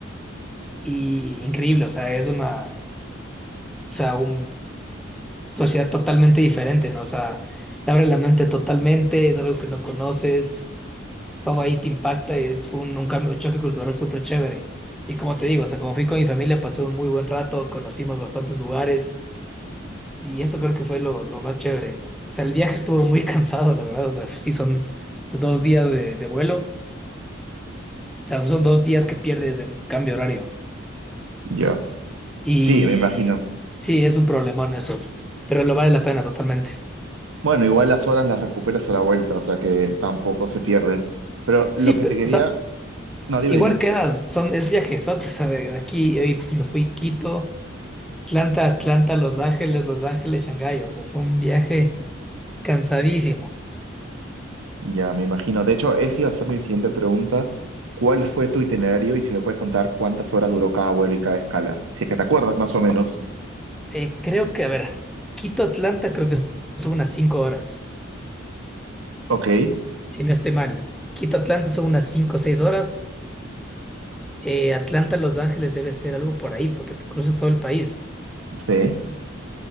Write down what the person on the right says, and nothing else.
Ya.
Sí, me imagino.
Bueno, igual las horas las recuperas a la vuelta, o sea que tampoco se pierde. Pero lo
que
te quería...
No, dime,
dime.
Ya, me imagino. De hecho, esa iba a ser mi siguiente pregunta. ¿Cuál fue tu itinerario y si me puedes contar cuántas horas duró cada vuelo y cada escala? Si es que te acuerdas más o menos.
Ok,
sí.